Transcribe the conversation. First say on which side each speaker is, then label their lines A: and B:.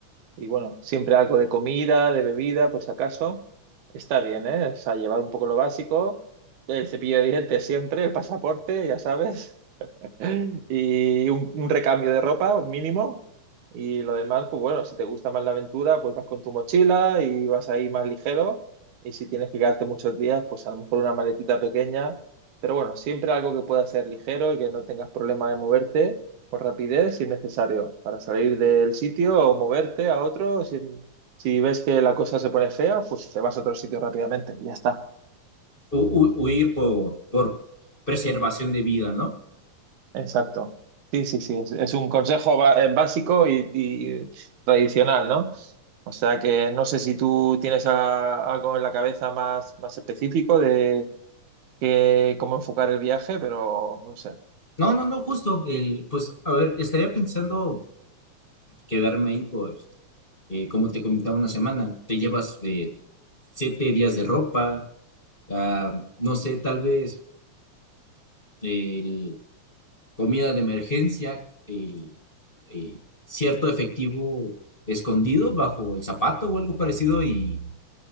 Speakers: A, on the right; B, on the left.
A: y bueno, siempre algo de comida, de bebida, por si acaso, está bien, ¿eh? O sea, llevar un poco lo básico, el cepillo de dientes siempre, el pasaporte, ya sabes, <laughs> Y un, un recambio de ropa mínimo. Y lo demás, pues bueno, si te gusta más la aventura, pues vas con tu mochila y vas ahí más ligero. Y si tienes que quedarte muchos días, pues a lo mejor una maletita pequeña. Pero bueno, siempre algo que pueda ser ligero y que no tengas problema de moverte con rapidez si es necesario, para salir del sitio o moverte a otro. Si, si ves que la cosa se pone fea, pues te vas a otro sitio rápidamente y ya está.
B: Hu- hu- huir por, por preservación de vida, ¿no?
A: Exacto. Sí, sí, sí. Es, es un consejo ba- eh, básico y, y eh, tradicional, ¿no? O sea que no sé si tú tienes a- algo en la cabeza más, más específico de que- cómo enfocar el viaje, pero no sé.
B: No, no, no, justo. El, pues, a ver, estaría pensando quedarme ahí, pues, eh, como te comentaba una semana, te llevas eh, siete días de ropa, ah, no sé, tal vez el, comida de emergencia, el, eh, cierto efectivo escondido bajo el zapato o algo parecido y,